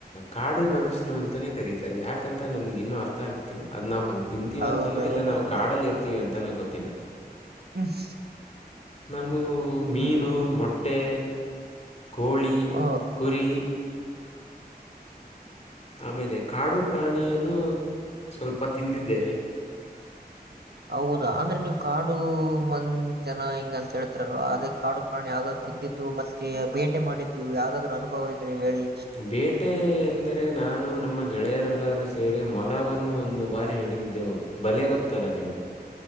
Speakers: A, on the left (about 40°); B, on the right (about 75°).
A: ಕಾಡಿದ ಮನಸರು ಅಂತಾನೇ ಕರತಾರೆ ಯಾಕಂತ ನಮ್ಗೆ. ಇನ್ನು ಅರ್ಥ ಆಗ್ತಿಲ್ಲ ಅದ್ ನಾವ್ ಹಂಗ್ ತಿಂತೀವಿ
B: ಹೌದೌದೌದೌದು
A: ಅಂತಾನ ಇಲ್ಲ ನಾ್ ಕಾಡಲ್ಲಿ ಇರ್ತಿೀವಿ ಅಂತನ ಗೊತ್ತಿಲ್ಲ.
B: ಹ್ಮ್
A: ನಮು ಮೀನು
B: ಹ್ಮ್
A: ಮೊಟ್ಟೆ ಕೋಳಿ
B: ಹ
A: ಕುರಿ ಆಮೇಲೆ ಕಾಡು ಪ್ರಾಣಿಯನ್ನು ಸ್ವಲ್ಪ ತಿಂದಿದ್ದೇವೆ.
B: ಹೌದಾ ಅಂದ್ರೆ ನೀವು ಕಾಡು ಮಂದ ಜನ ಹೆಿಂಗ ಅಂತ ಹೇಳ್ತರಲ್ವಾ ಅದೇ ಕಾಡು ಪ್ರಾಣಿ ಯಾವ್ದಾದ್ರು ತಿಂದಿದ್ದು ಮತ್ತೆ ಬೇಟೆ ಮಾಡಿದ್ದು ಯಾವ್ದಾದ್ರು ಅನುಭವ ಇದ್ರೆ. ಹೇಳಿ
A: ಬೇಟೆ ಎಂದರೆ ನಾನು ನಮ್ಮ ಗೆಳೆಯರೆಲ್ಲ. ಸೇರಿ ಮೊಲಬನ್ನು ಒಂದು ಬಾರಿ ಹಿಡಿದಿದ್ದೆವು ಬಲೆ ಗೊತ್ತಲ್ಲಾ ನಿಮ್ಗೆ.